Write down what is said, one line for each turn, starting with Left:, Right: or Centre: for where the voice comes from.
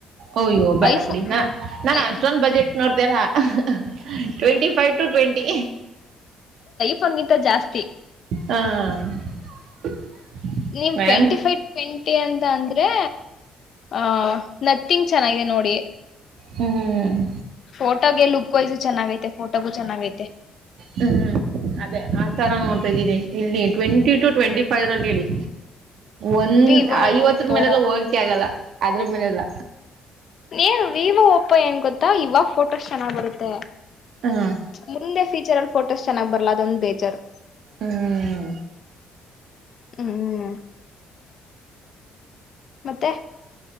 Right: ಅಯ್ಯೋ ಬೇಡ
Left: ಐ ಫೋ
Right: ಬಿಡಿ ನಾ ನಾನ್
Left: ಐ
Right: ಅಷ್ಟೊಂದ್ budget <unintelligible> twenty five to twenty
Left: phone ಗಿಂತ ಜಾಸ್ತಿ
Right: ಹಾ <inaudible>
Left: ನೀವ್
Right: ಮ್ಯಾನ್
Left: ಟ್ವೆಂಟಿ ಫೈವ್ ಟ್ವೆಂಟಿ ಅಂತ ಅಂದ್ರೆ ಆ ನತ್ತಿಂಗ್ ಚೆನ್ನಾಗಿದೆ ನೋಡಿ.
Right: ಹ್ಮ್
Left: ಫೋಟೋಗೆ ಲುಕ್ ವೈಸು ಚೆನ್ನಾಗೈತೆ ಫೋಟೋಗೂ ಚೆನ್ನಾಗೈತೆ
Right: ಹ್ಮ್ ಅದೇ ಆ ತರ ನೋಡ್ತಾ ಇದ್ದೀನಿ ಇಲ್ಲಿ ಟ್ವೆಂಟಿ ಟು ಟ್ವೆಂಟಿ ಫೈವ್ ರಲ್ಲಿ ಹೇಳಿ. ಒಂದ್
Left: ವಿವೋ
Right: ಐವತ್ರ್
Left: ಓಪೋ
Right: ಮೇಲೆಲ್ಲ ಹೋಗಕೆ ಆಗಲ್ಲ ಅದ್ರ್ ಮೇಲೆಲ್ಲ
Left: ಏನ್ ವಿವೋ ಓಪೋ ಏನ್ ಗೊತ್ತಾ ಇವಾಗ್ ಫೋಟೋಸ್ ಚೆನ್ನಾಗ್ ಬರುತ್ತೆ
Right: ಹ್ಮ್
Left: ಮುಂದೆ ಫೀಚರಲ್ ಫೋಟೋಸ್ ಚೆನ್ನಾಗ್ ಬರಲ್ಲ ಅದೊಂದ್ ಬೇಜಾರು
Right: ಹ್ಮ್
Left: ಹ್ಮ್ ಮತ್ತೆ?